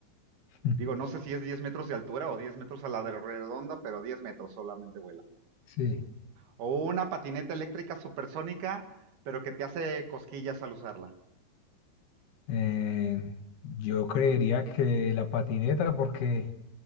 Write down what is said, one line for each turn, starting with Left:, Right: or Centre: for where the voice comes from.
Left: <laughs>
Right: Digo, no sé si es 10 metros de altura o 10 metros a la de redonda, pero 10 metros solamente vuela.
Left: Sí.
Right: O una patineta eléctrica supersónica, pero que te hace cosquillas al usarla.
Left: Eh, yo creería que la patineta, porque